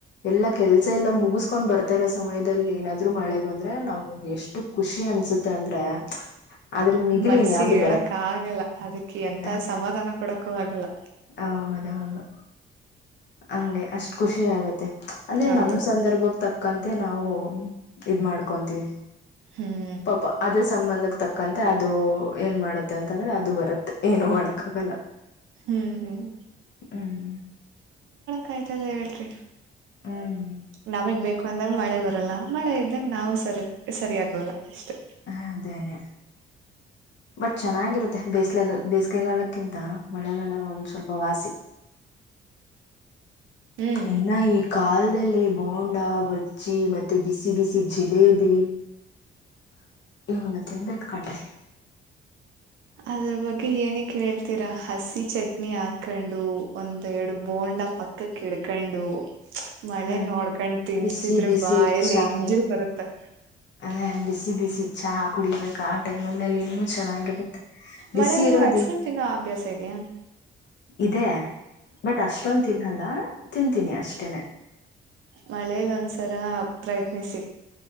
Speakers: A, on the left; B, on the right.
A: ಎಲ್ಲಾ ಕೆಲ್ಸ ಎಲ್ಲ ಮುಗಿಸ್ಕೊಂಡ್ ಬರ್ತಾ ಇರೋ ಸಮಯದಲ್ಲಿ ಏನಾದ್ರು ಮಳೆ ಬಂದ್ರೆ ನಮ ಗೆ ಎಷ್ಟು ಖುಷಿ ಅನ್ಸುತ್ತೆ ಅಂದ್ರೆ ಅದ್ರ ಮಿಗಿಲಿನ್
B: ಮನ್ಸಿಗೆ
A: ಯಾವ್ದು
B: ಹೇಳಕ್ಕ ಆಗಲ್ಲ ಅದಕ್ಕೆ
A: ಬರಲ್ಲ
B: ಎಂತ ಸಮಾಧಾನ ಕೊಡಕ್ಕ ಆಗಲ್ಲ
A: ಹೌದೌದು ಹಂಗೆ ಅಷ್ಟ್ ಖುಷಿ ಆಗುತ್ತೆ ಅಂದ್ರೆ
B: ಹೌದು
A: ನಮ ಸಂದರ್ಭಗ್ ತಕ್ ಕಂತೆ ನಾವು ಇದ ಮಾಡ್ಕೊಂತೀವಿ
B: ಹ್ಮ್
A: ಪಾಪ ಅದೇ ಸಂಬಂಧ ತಕ್ಕಂತೆ ಅದು ಏನ್ ಮಾಡುತ್ತೆ ಅಂತಂದ್ರೆ ಅದು ಬರುತ್ತೆ ಏನು ಮಾಡಕ್ಕ ಆಗಲ್ಲ
B: ಹ್ಮ್ ಹ್ಮ್
A: ಹ್ಮ್
B: ಕಾಯ್ತದೆ ಹೇಳ್ರಿ
A: ಹ್ಮ್
B: ನಮಗ್ ಬೇಕು ಅಂದಾಗ ಮಳೆ ಬರ್ ಎಲ್ಲಾ ಮಾಡ ಇದ್ದಂ ನಾವು ಸರಿ ಸರಿಯಾಗಲ್ಲ ಅಷ್ಟು
A: ಹ ಅದೇನೆ ಬಟ್ ಚೆನ್ನಾಗಿರುತ್ತೆ ಬೇಸ್ಲೆ ಬೇಸಿಗೆಗಾಲಕ್ಕಿಂತ ಮಳೆಗಾಲ ಒಂದ್ ಸ್ವಲ್ಪ ವಾಸಿ ಹ
B: ಹ್ಮ್
A: ಇನ್ನ ಈ ಕಾಲದಲ್ಲಿ ಬೋಂಡ ಬಜ್ಜಿ ಮತ್ತೆ ಬಿಸಿ ಬಿಸಿ ಜಿಲೇಬಿ ಇವನ್ನ ತಿನ್ಬೇಕತ್ಕೊಂಡ್ರಿ <inaudible>
B: ಅದ್ರ ಬಗ್ಗೆ ಏನ ಕೇಳ್ತೀರಾ ಹಸಿ ಚಟ್ನಿ ಹಾಕೊಂಡು ಒಂದ ಎರಡು ಬೋಂಡ್ ಪಕ್ಕಕ್ಕೆಡ್ಕೊಂಡು ಮಳೆ
A: ಹ್ಮ್
B: ನೋಡ್ಕೊಂಡ್ ತಿಂತಿದ್ರಿ
A: ಬಿಸಿ ಬಿಸಿ
B: ಬಾ ಎಲ್ಲಿ
A: ಚಾಯ್
B: ಹೆಂಜಿ ಬರುತ್ತ
A: ಅದೇ ಬಿಸಿ ಬಿಸಿ ಚಹಾ ಕುಡಿಬೇಕ ಆ ಟೈಮಲ್ಲಿಲ್ಲಿ ಇನ್ನುೂ ಚೆನ್ನಾಗಿರುತ್ತೆ ಬಿಸಿ
B: ಮಳೇಲ್ ನಿಮ್ಗ್
A: ಇರೋದ
B: ಅಷ್ಟೊಂದ್ ತಿನ್ನೋ ಅಭ್ಯಾಸ ಇದಿಯಾ.
A: ಇದೆ ಬಟ್ ಅಷ್ಟೊಂದ್ ತಿನ್ನಲ್ಲ ತಿಂತೀನಿ ಅಷ್ಟೇನೆ.
B: ಮಳೇಲ್ ಒಂಸರ ಪ್ರಯತ್ನಿಸಿ